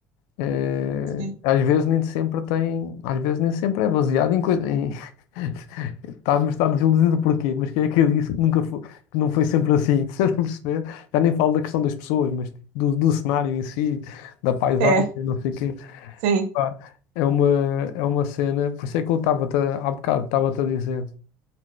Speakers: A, on the left; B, on the right.
A: Eh,
B: sim.
A: às vezes nem sempre tem, às vezes nem sempre é baseado em coisa, em, <laughs> Estás, mas está desiludido porquê? Mas quem é que eu disse que nunca foi, que não foi sempre assim? <laughs> Estás a perceber? Já nem falo da questão das pessoas, mas do, do cenário em si, da paisagem,
B: É,
A: não sei o quê.
B: sim,
A: Pá, é uma, é uma cena. Por isso é que eu estava-te, a- há bocado, estava-te a dizer